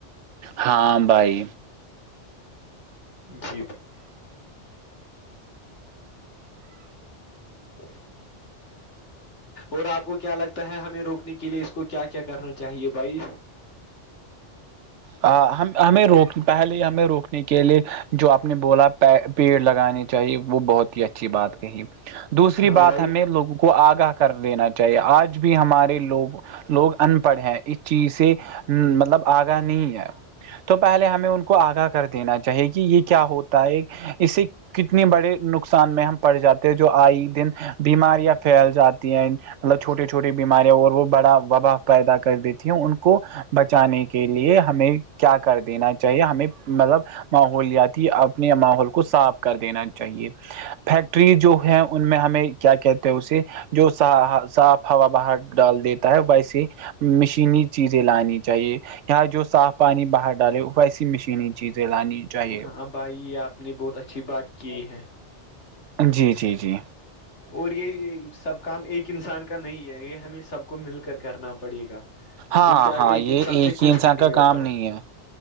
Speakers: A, on the right; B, on the left.
A: ہاں بھائی
B: جی <inaudible> اور آپ کو کیا لگتا ہے ہمیں روکنے کے لیے اس کو کیا کیا کرنا چاہیے بھائی
A: ہم ہمیں روک پہلے ہمیں روکنے کے لیے جو آپ نے بولا پیڑ لگانے چاہیے وہ بہت ہی اچھی بات کہی دوسری
B: ہاں
A: بات
B: بھائی
A: ہمیں لوگوں کو آگاہ کر دینا چاہیے آج بھی ہمارے لوگ لوگ ان پڑھ ہیں اس چیز سے مطلب آگاہ نہیں تو پہلے ہمیں ان کو آگاہ کر دینا چاہیے کہ یہ کیا ہوتا ہے اسے کتنے بڑے نقصان میں ہم پڑ جاتے ہیں جو آئی دن بیماریاں پھیل جاتی ہیں مطلب چھوٹی چھوٹی بیماریاں اور وہ بڑا وباہ پیدا کر دیتی ہیں ان کو بچانے کے لیے ہمیں کیا کر دینا چاہیے ہمیں مطلب ماحولیاتی اپنے ماحول کو صاف کر دینا چاہیے فیکٹری جو ہے ان میں ہمیں کیا کہتے ہیں اسے جوا صاف ہوا باہر ڈال دیتا ہے ویسے مشینی چیزیں لانی چاہیے جو صاف پانی باہر ڈالے ویسی مشینی چیزیں لانی چاہیے
B: ہاں بھائی آپ نے بہت اچھی بات کی ہے
A: جی جی جی
B: اور یہ سب کام ایک انسان کا نہیں ہے یہ ہمیں سب کو مل کر کرنا پڑے گا
A: ہاں
B: کیونکہ
A: ہاں یہ
B: انسان
A: ایک
B: سے کچھ
A: ہی انسان
B: نہیں
A: کا
B: ہوگا
A: کام نہیں ہے